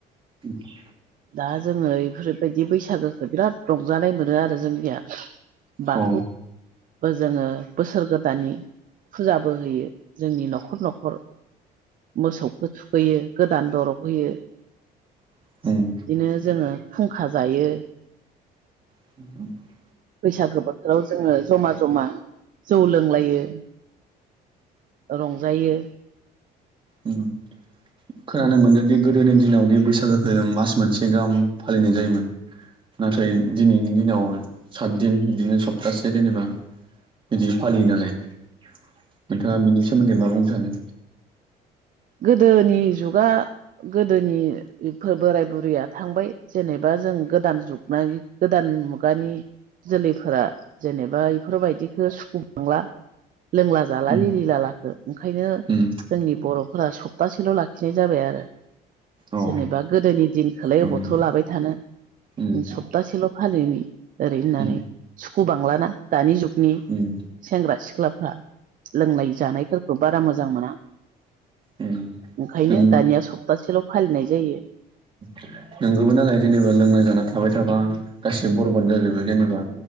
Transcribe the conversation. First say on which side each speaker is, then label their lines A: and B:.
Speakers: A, on the right; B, on the right.
A: <unintelligible>
B: दा जोङो एफोरबायदि बैसागोखौ बिराद रंजानाय मोनो आरो जोंनिया बाथौबो
A: औ
B: जोङो बोसोर गोदाननि फुजाबो होयो जोंनि नखर नखर मोसौखौ थुखैयो दा दरब होयो बिदिनो
A: उम
B: जोङो खुंखा जायो
A: <inaudible>
B: बैसागो बोथोराव जोङो जमा जमा जौ लोंलायो रंजायो
A: उम खोनानो मोनदोंदि गोदोनि दिनावदि बैसागोखौ जों मास मोनसे गाहाम फालिनाय जायोमोन नाथाय दिनैनि दिनाव सात दिन बिदिनो सप्तासे जेनेबा बिदि फालियो नालाय नोंथाङा बिनि सोमोन्दै मा बुंनो सानो
B: गोदोनि जुगा गोदोनि बोराय बुरैया थांबाय जेनेबा जों गोदान जुग मानि गोदान मुगानि जोलैफोरा जेनेबा इफोरबायदिखौ सुखुखांला लोंला जाला
A: उम
B: लिलि लालाखो ओंखायनो
A: उम
B: जोंनि बर'फोरा सब तासेल' लाखिनाय जाबाय आरो
A: औ
B: जेनेबा गोदोनि दिनखौलाय
A: उम
B: अबावथ' लाबाय थानो
A: उम
B: सप्तासेल' फालिनि ओरै होननानै
A: उम
B: सुखुबांलाना दानि जुगनि
A: उम
B: सेंग्रा सिख्लाफ्रा लोंनाय जानायफोरखौ बारा मोजां मोना
A: उम
B: ओंखायनो
A: नों
B: दानिया सप्तासेल' फालिनाय जायो
A: <unintelligible> नोंगौबो नालाय जेनेबा लोंना जाना थाबाय थाबा गासिबो बरबाद जाजोबो जेनेबा